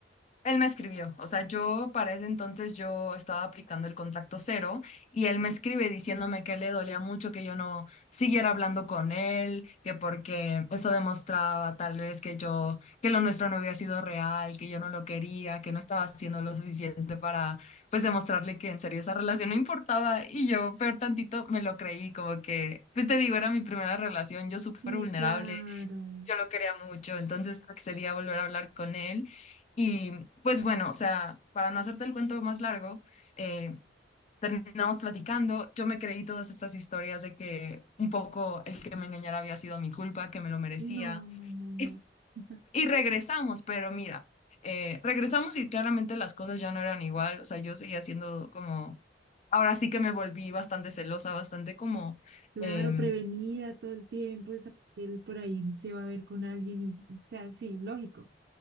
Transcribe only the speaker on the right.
Sí,
sí,
claro.
No, no, no, no.
<laughs>
Claro,
prevenida todo el tiempo, es que él por ahí se va a ver con alguien y, o sea, sí, lógico.